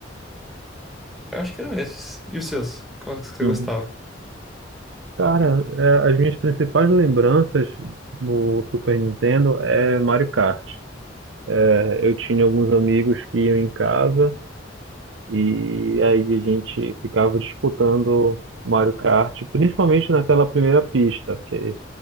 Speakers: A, in the centre; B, on the right.
A: Eu acho que eram esses. E os seus? Quais que você
B: uhum.
A: gostava?
B: Cara, é, as minhas principais lembranças no Super Nintendo é Mario Kart. É, eu tinha alguns amigos que iam em casa E aí a gente ficava disputando Mario Kart, principalmente naquela primeira pista, que